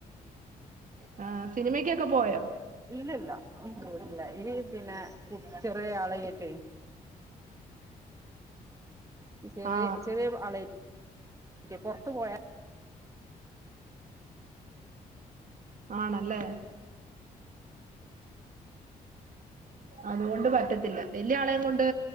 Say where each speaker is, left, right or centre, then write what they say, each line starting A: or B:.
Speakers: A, on the right (about 55°); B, on the right (about 20°).
A: ആ സിനിമയ്ക്കൊക്കെ പോയോ
B: ഇല്ലില്ല ഉ ല്ല ഈ പിന്നെ ചെറിയ ആളായിട്ടെ ചെറിയ
A: ആ
B: ചെറിയ ആള <unintelligible> പൊർത്ത് പോയാ
A: ആണല്ലേ, അതുകൊണ്ട് പറ്റത്തില്ല വലിയ ആളെയും കൊണ്ട്